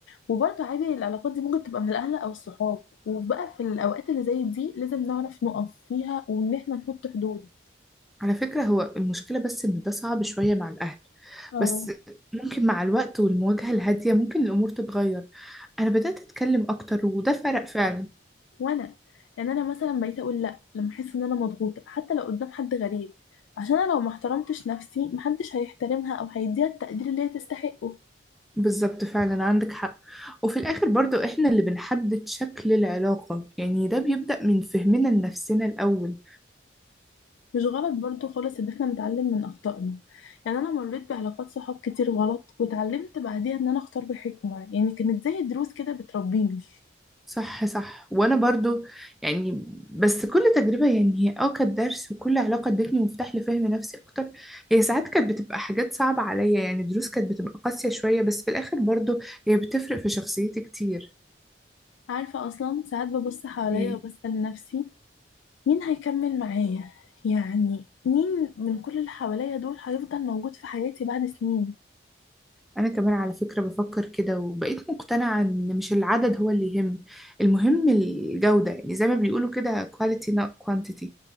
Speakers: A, on the left; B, in the centre.
A: وبرضه عادي العلاقات دي ممكن تبقى من الأهل أو الصحاب وبقى في الأوقات اللي زي دي لازم نعرف نقف فيها وإن احنا نحط حدود
B: على فكرة هو المشكلة بس إن ده صعب شوية مع الأهل
A: اه
B: بس ممكن مع الوقت والمواجهة الهادية ممكن الأمور تتغير أنا بدأت أتكلم أكتر وده فرق فعلا
A: وأنا يعني أنا مثلا بقيت أقول لأ لما أحس إن أنا مضغوطة حتى لو قدام حد غريب عشان أنا لو ما احترمتش نفسي محدش هيحترمها أو هيديها التقدير اللي هي تستحقه
B: بالظبط فعلا عندك حق وفي الآخر برضو إحنا اللي بنحدد شكل العلاقة يعني ده بيبدأ من فهمنا لنفسنا الأول
A: مش غلط برضه خالص إن احنا نتعلم من أخطائنا يعني أنا مريت بعلاقات صحاب كتير غلط واتعلمت بعديها إن أنا أختار بحكمة يعني كانت زي دروس كده بتربيني
B: صح صح وأنا برضو يعني بس كل تجربة يعني هي آه كانت درس وكل علاقة ادتني مفتاح لفهم نفسي أكتر هي ساعات كانت بتبقى حاجات صعبة عليا يعني دروس كانت بتبقى قاسية شوية بس في الآخر برضو هي بتفرق في شخصيتي كتير
A: عارفة أصلا ساعات ببص حواليا
B: يعني
A: وبسأل نفسي مين هيكمل معايا يعني مين من كل اللي حواليا دول هيفضل موجود في حياتي بعد سنين
B: أنا كمان على فكرة بفكر كده وبقيت مقتنعة إن مش العدد هو اللي يهم المهم الجودة يعني زي ما بيقولوا كده quality not quantity